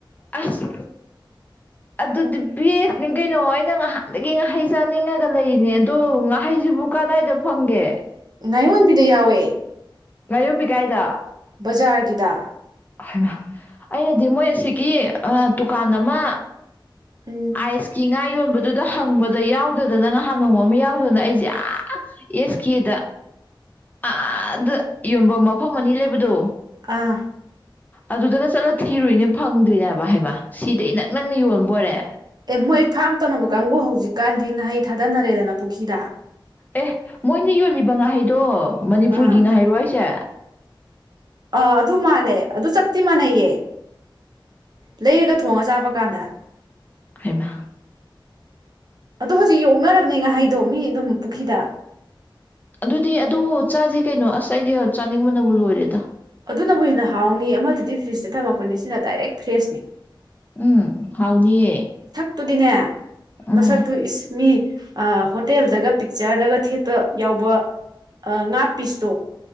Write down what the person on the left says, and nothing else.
ꯑꯁ ꯑꯗꯨꯗꯤ ꯕ‌ꯦꯁꯅꯤ ꯀꯩꯅꯣ ꯑꯩꯅ ꯉꯍꯥꯟꯗꯒꯤ ꯉꯍꯩ ꯆꯥꯅꯤꯡꯉꯒ ꯂꯩꯔꯤꯅꯦ ꯑꯗꯣ ꯉꯍꯩꯁꯤꯕꯨ ꯀꯗꯥꯏꯗ ꯐꯪꯒꯦ
ꯉꯥꯌ‌ꯣꯟꯕꯤ ꯀꯥꯏꯗ
ꯍꯩꯃꯥ ꯑꯩꯅꯗꯤ ꯃꯣꯏ ꯑꯁꯤꯒꯤ ꯗꯨꯀꯥꯟ ꯑꯃ
ꯑꯥꯏꯁꯀꯤ ꯌꯣꯟꯕꯗꯨꯗ ꯍꯪꯕꯗ ꯌꯥꯎꯗꯗꯅ ꯅꯍꯥꯟ ꯅꯣꯡꯃ ꯑꯃ ꯌꯥꯎꯗꯅ ꯑꯩꯁꯦ ꯑꯥ ꯑꯦꯁ ꯀꯦꯗ ꯑꯥꯗ ꯌꯣꯟꯕ ꯃꯐꯝ ꯑꯅꯤ ꯂꯩꯕꯗꯣ
ꯑꯗꯨꯗꯒ ꯆꯠꯂ ꯊꯤꯔꯨꯏꯅꯦ ꯐꯪꯗꯔꯤꯅꯦ ꯍꯥꯏꯕ ꯍꯥꯏꯃ ꯁꯤꯗ ꯏꯅꯛ ꯅꯛꯅ ꯌꯣꯟꯕ‌ꯣꯏꯔꯦ
ꯑꯦꯍ ꯃꯣꯏꯅ ꯌꯣꯜꯂꯤꯕ ꯉꯥꯍꯩꯗꯣ ꯃꯅꯤꯄꯨꯔꯒꯤ
ꯉꯥꯏꯍꯩꯔꯣ ꯍꯥꯏꯁꯦ
ꯍꯥꯏꯃ
ꯑꯗꯨꯗꯤ ꯑꯗꯨ ꯆꯥꯁꯦ ꯀꯩꯅꯣ ꯑꯁ ꯑꯩꯗꯤ ꯆꯥꯅꯤꯡꯕꯅꯕꯨ ꯂꯣꯏꯔꯦꯗ
ꯎꯝ ꯍꯥꯎꯅꯤꯌꯦ
ꯎꯝ